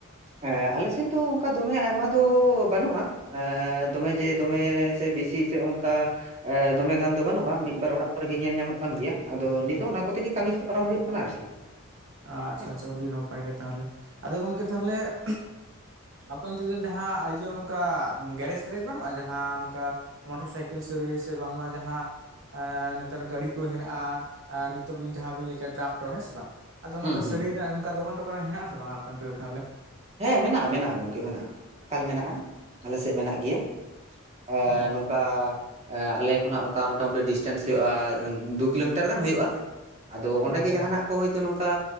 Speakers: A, on the right; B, on the right.
A: ᱮᱸ ᱟᱞᱮᱥᱮᱫ ᱫᱚ ᱚᱱᱠᱟ ᱫᱚᱢᱮ ᱟᱭᱢᱟ ᱫᱚ ᱵᱟᱹᱱᱩᱜ-ᱟ᱾ ᱮᱸᱮ ᱫᱚᱢᱮ ᱡᱮ ᱫᱚᱢᱮ ᱥᱮ ᱵᱮᱥᱤ ᱥᱮ ᱚᱱᱠᱟ᱾ ᱮ ᱫᱚᱢᱮ ᱜᱟᱱ ᱫᱚ ᱵᱟᱹᱱᱩᱜ-ᱟ ᱢᱤᱫᱵᱟᱨ ᱚᱲᱟᱜ ᱠᱚᱨᱮ ᱜᱮ ᱧᱮᱞ ᱧᱟᱢᱚᱜ ᱠᱟᱱ ᱜᱮᱭᱟ ᱟᱫᱚ ᱱᱤᱛᱚᱜ ᱚᱱᱟ ᱠᱚᱛᱮᱜᱮ ᱠᱟᱹᱢᱤ ᱠᱚ ᱯᱟᱨᱚᱢ ᱦᱩᱭᱩᱜ ᱠᱟᱱᱟ ᱟᱨᱠᱤ᱾
B: ᱟᱪᱷᱟ
A: ᱦᱮᱸ
B: ᱟᱪᱷᱟ ᱩᱰᱤ ᱱᱟᱯᱟᱭ ᱜᱮ ᱛᱟᱦᱞᱮ ᱟᱫᱚ ᱜᱚᱢᱠᱮ ᱛᱟᱦᱞᱮ, ᱟᱯᱮ ᱚᱱᱛᱮ ᱫᱚ ᱡᱟᱦᱟᱸ ᱟᱭᱡᱮ ᱚᱱᱠᱟ ᱜᱮᱨᱮᱡᱽ ᱴᱮᱨᱮᱡᱽ ᱵᱟᱹᱱᱩᱜ-ᱟ ᱡᱟᱦᱟᱸ ᱚᱱᱠᱟ᱾ ᱢᱚᱴᱚᱨ ᱥᱟᱭᱠᱮᱞ ᱥᱟᱹᱨᱟᱹᱭ ᱥᱮ ᱵᱟᱝᱢᱟ ᱡᱟᱦᱟᱸ᱾ ᱮᱸ ᱱᱮᱛᱟᱨ ᱜᱟᱲᱤ ᱠᱚ ᱦᱮᱱᱟᱜ-ᱟ ᱟᱨ ᱱᱤᱛᱚᱜ ᱵᱤᱱ ᱡᱟᱦᱟᱸ ᱵᱤᱱ ᱞᱟᱹᱭ ᱠᱮᱜ ᱴᱨᱟᱠᱴᱚᱨ ᱦᱮᱸ ᱥᱮ ᱵᱟᱝ? ᱟᱫᱚ ᱱᱚᱝᱠᱟ
A: ᱦᱩᱸ ᱦᱩᱸ
B: ᱥᱟᱹᱨᱟᱹᱭ ᱨᱮᱱᱟᱜ ᱱᱚᱝᱠᱟ ᱫᱚᱠᱟᱱ ᱴᱚᱠᱟᱱ ᱨᱮ ᱦᱮᱱᱟᱜ-ᱟ ᱥᱮ ᱵᱟᱝ ᱟᱯᱮ ᱚᱱᱛᱮ ᱫᱚ ᱛᱟᱦᱚᱞᱮ?
A: ᱦᱮᱸ ᱢᱮᱱᱟᱜ-ᱟ ᱢᱮᱱᱟᱜ-ᱟ ᱜᱚᱢᱠᱮ ᱢᱮᱱᱟᱜ-ᱟ ᱮᱠᱟᱞ ᱢᱮᱱᱟᱜ-ᱟ ᱟᱞᱮ ᱥᱮᱜ ᱢᱮᱱᱟᱜ ᱜᱮᱭᱟ᱾ ᱮ
B: ᱚ
A: ᱱᱚᱝᱠᱟ᱾ ᱟᱞᱮ ᱠᱷᱚᱱᱟᱜ ᱚᱱᱠᱟ ᱢᱳᱚᱴᱟᱢᱩᱴᱤ ᱰᱤᱥᱴᱮᱱᱥ ᱦᱳᱭᱳᱜ-ᱟ ᱫᱩ ᱠᱤᱞᱳᱢᱤᱴᱟᱨ ᱜᱟᱱ ᱦᱳᱭᱳᱜ-ᱟ᱾ ᱟᱫᱚ ᱚᱸᱰᱮ
B: ᱟᱪᱪᱷᱟ
A: ᱜᱮ ᱡᱟᱦᱟᱱᱟᱜ ᱠᱚ ᱦᱳᱭᱛᱚ ᱱᱚᱝᱠᱟ